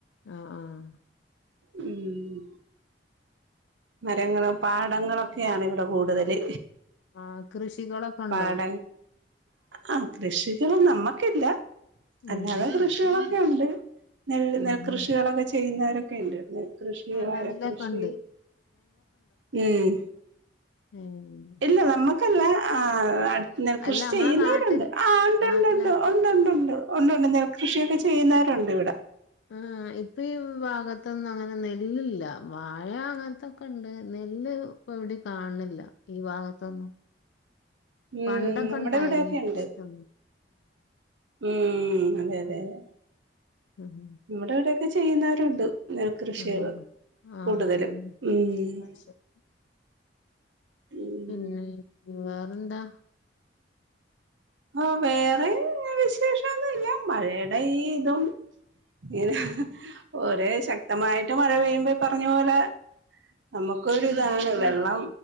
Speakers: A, on the left; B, on the right.
A: ആഹ് ആഹ്
B: ഉം മരങ്ങളും പാടങ്ങളൊക്കെയാണ് ഇവിടെ കൂടുതല്
A: ആ കൃഷികളൊക്കെ ഉണ്ടോ
B: പാട ആ കൃഷികള് നമക്കില്ല
A: ഉം
B: അല്ലാതെ കൃഷികളൊക്കെ ഉണ്ട് നെൽ നെൽ
A: ഉം
B: കൃഷികളൊക്കെ ചെയ്യുന്നവരൊക്കെ ഇണ്ട് നെൽ കൃഷി വാഴക്കൃഷി
A: നെല്ലൊക്കെ ഉണ്ട്
B: ഉം
A: ഉം
B: ഇല്ല നമ്മുക്കല്ല ആ നെൽ കൃഷി
A: അല്ല നമ്മളെ
B: ചെയ്യുന്നവരുണ്ട്
A: നാട്ടില്
B: ആ ഉണ്ട്
A: നാട്ടിലായിട്ട്
B: ഉണ്ട് ഉണ്ട് ഉണ്ട് ഉണ്ട് ഉണ്ട് ഒണ്ട് ഒണ്ട് നെൽകൃഷിയൊക്കെ ചെയ്യുന്നവരുണ്ട് ഇവിടെ
A: ആ ഇപ്പ ഈ ഭാഗത്തൊന്നും അങ്ങനെ നെല്ലില്ല വാഴ അങ്ങനത്തെ ക്കണ്ട് നെല്ല് ഇപ്പൊ എവിടെ കാണണില്ല ഈ ഭാഗത്തൊന്നും
B: ഉം
A: പണ്ടൊക്കെ
B: നമ്മുടെ
A: ഉണ്ടായി
B: ഇവിടെയൊക്കെ ഉണ്ട്
A: ഇഷ്ടോ
B: ഉം അതെ അതെ അതെ
A: ഉം
B: നമ്മുടെ ഇവിടെക്കെ ചെയ്യുന്നവരുണ്ട് നെൽ കൃഷികള്
A: ആഹ് ആഹ്
B: കൂടുതലും ഉം
A: <unintelligible>
B: ഉം
A: പിന്നെ വേറെന്താ
B: ആ വേറെ വിശേഷം ഒന്നുമില്ല മഴയുടെ ഇതും ഇത് ഒരേ ശക്തമായിട്ട് മഴ പെയ്യുമ്പോ ഈ പറഞ്ഞ പോലെ നമുക്കൊരു ഇതാണ് വെള്ളം